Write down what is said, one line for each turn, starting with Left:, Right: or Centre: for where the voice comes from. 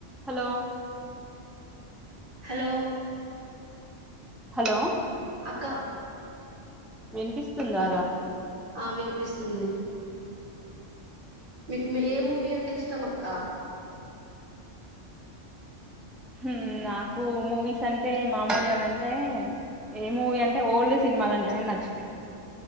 Centre: హలో
Right: హలో
Centre: హలో
Right: అక్క
Centre: వినిపిస్తుందా
Right: ఆ వినిపిస్తుంది మీకు ఏ మూవీ అంటే ఇష్టం అక్క
Centre: హ్మ్ నాకు మూవీస్ అంటే మామూలు అని అంటే ఏ మూవీ అంటే ఓల్డ్ సినిమాలంటేనె నచ్చుతాయ్